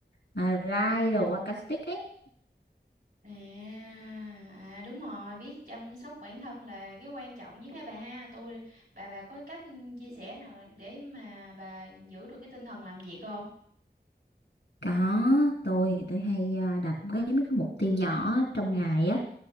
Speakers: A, on the left; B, on the right.
A: à, live đồ acoustic ấy
B: À, à đúng rồi, biết chăm sóc bản thân là cái quan trọng nhất hả bà ha. Tôi bà bà có cách chia sẻ nào để mà bà giữ được cái tinh thần làm việc không?
A: có tôi thì tôi hay à, đặt cái mấy cái mục tiêu nhỏ trong ngày á